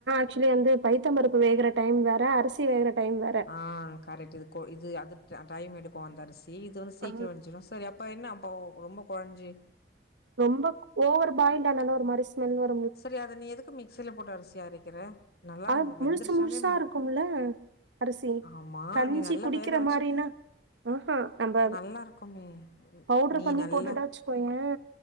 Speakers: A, on the right; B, on the left.
A: ஆக்சுலி வந்து பைய்த்தம்பருப்பு வேகுற டைம் வேற அரிசி வேகுற டைம் வேற
B: ஆ கரெக்ட் இது இது அது டைம் எடுக்கும் அந்த அரிசி இது வந்து சீக்கிரம்
A: ஆ
B: வஞசிடும் சரி அப் அப்ப என்ன அப்ப ரொம்ப கொழஞ்சி
A: ரொம்ப ஓவர் பாயில்ட் ஆனவுன ஒரு மாரி ஸ்மல் வரு
B: சரி அத நீ எதுக்கு மிக்சில போட்டு அரிசி அரக்கற நல்லா
A: ஆனா
B: வெந்துருச்சானாலே
A: முழுசு முழுசா இருக்கும்ல அரிசி.
B: ஆமா
A: கஞ்சி
B: நீ நல்லா
A: குடிக்கிற
B: வேக வச்சி
A: மாரின்னா ஆஹா நம்ப
B: நல்லாருக்குமே
A: பவுடர்
B: நீ
A: பண்ணி
B: நல்லா
A: போட்டுட்டா வச்சுக்கோயேன்